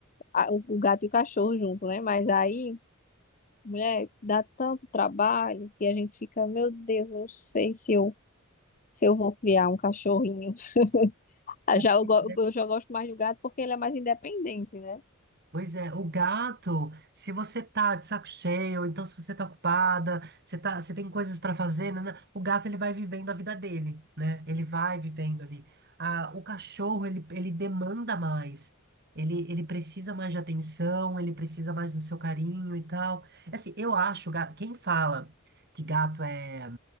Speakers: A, on the left; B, on the right.
A: a- o o gato e o cachorro junto, né? Mas aí, mulher, dá tanto trabalho que a gente fica, meu Deus, não sei se eu, se eu vou criar um cachorrinho. <laughs> Ah,
B: É,
A: Já eu,
B: pois
A: go-
B: é.
A: eu já gosto mais do gato porque ele é mais independente, né?
B: Pois é, o gato, se você tá de saco cheio, então se você tá ocupada, você tá, você tem coisas para fazer, né, né, o gato ele vai vivendo a vida dele, né? Ele vai vivendo ali. Ah, o cachorro, ele, ele demanda mais. Ele, ele precisa mais de atenção, ele precisa mais do seu carinho e tal. É Assim, eu acho, ga- quem fala que gato é